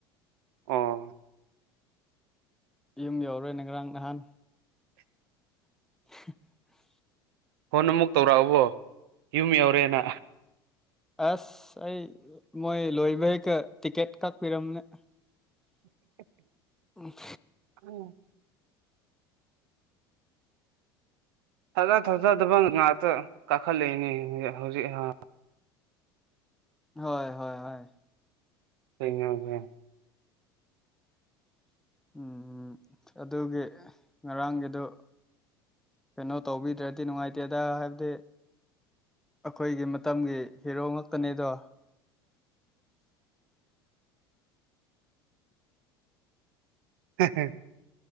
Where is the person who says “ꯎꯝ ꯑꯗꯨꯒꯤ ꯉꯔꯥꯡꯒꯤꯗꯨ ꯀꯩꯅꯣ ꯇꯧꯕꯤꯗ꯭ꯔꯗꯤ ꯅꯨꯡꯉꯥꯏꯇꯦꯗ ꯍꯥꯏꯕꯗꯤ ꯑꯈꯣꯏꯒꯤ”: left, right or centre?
Centre